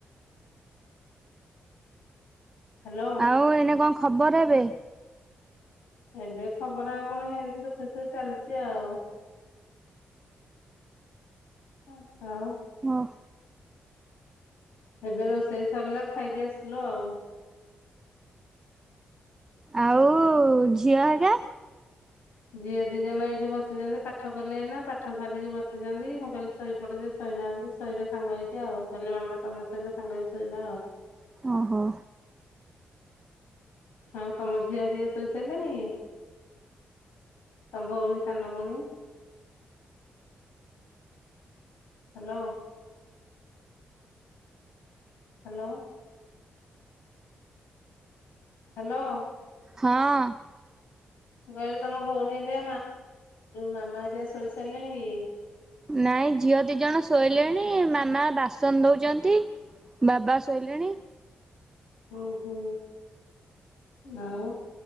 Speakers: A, on the left (about 85°); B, on the right (about 20°).
A: ହ୍ୟାଲୋ
B: ଆଉ ଏଇନେ କଣ ଖବର ଏବେ?
A: ଏବେ ଖବର ଆଉ କଣ ହେମିତି ଦୁଖେସୁଖେ ଚାଲିଛି ଆଉ। ଆଉ
B: ହଁ।
A: ଏବେ ରୋଷେଇ ସରିଲା ଖାଇକି ଆସିଲୁ ଆଉ।
B: ଆଉ ଝିଅ ହେକା?
A: ଝିଅ ଦି ଜଣ ଏଇଠି ବସିଛନ୍ତି ପାଠ କଲେ ଏଇନା ପାଠ ସାରିକି ବସି ଆସିଛନ୍ତି ମୁଁ କହିଲି ଶୋଇପଡ଼ ଯେ ଶୋଇନାହାନ୍ତି ଶୋଇବେ ସାଙ୍ଗ ହେଇକି ଆଉ କହିଲେ ମାମା ତମେ ସହିତ ସାଙ୍ଗ ହେଇକି ଶୋଇବା ଆଉ।
B: ଓହୋ।
A: ଆଉ ତମ ଝିଅ ହେରିକା ଶୋଇ ସାରିଲେଣି? ତମ ଭଉଣୀ ସାନ ଭଉଣୀ ହ୍ୟାଲୋ। ହ୍ୟାଲୋ ହ୍ୟାଲୋ
B: ହଁ ଅଁ
A: ମୁଁ କହିଲି ତମ ଭଉଣୀ ହେରିକା ମାମା ହେରିକା ଶୋଇ ସାରିଲେଣି କି?
B: ନାଇଁ ଝିଅ ଦି ଜଣ ଶୋଇଲେଣି ମାମା ବାସନ ଧୋଉଛନ୍ତି ବାବା ଶୋଇଲେଣି।
A: ହୁଁ ହୁଁ। ଆଉ